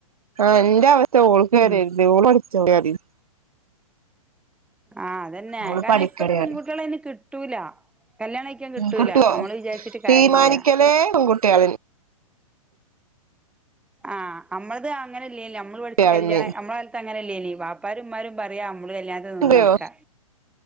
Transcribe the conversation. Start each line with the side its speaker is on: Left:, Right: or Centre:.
Right: ആഹ് ഇന്റെ അവസ്ഥ ഓൾക്ക് വരരുത്
Centre: ഉം
Right: ഓൾ പഠിച്ചോട്ടെ പരിയ്
Centre: ആഹ് അതന്നെ
Right: ഓള്
Centre: കാരണം
Right: പഠിക്കട്ടെ
Centre: ഇപ്പത്തെ പെൺകുട്ടിആളെ
Right: പറയും
Centre: അയിന് കിട്ടൂല കല്യാണം കഴിക്കാൻ കിട്ടൂല
Right: കിട്ടുവോ
Centre: അമ്മള് വിചാരിച്ചിട്ട് കാര്യയില്യ
Right: തീരുമാനിക്കലേ പെൺകുട്ടികള്
Centre: ആഹ് അമ്മളത് അങ്ങനെ ഇല്ലേനില്ലോ അമ്മള് പഠിച്ച
Right: കുട്ടികളെന്നെയാണ്
Centre: കല്യാണം നമ്മള കാലത്ത് അങ്ങനെ ഇല്ലേല്ലീ പ്പറും ഉമ്മാരും പറയാ അമ്മള് കല്യാണത്തിന് നിന്നൊടുക്ക
Right: യോ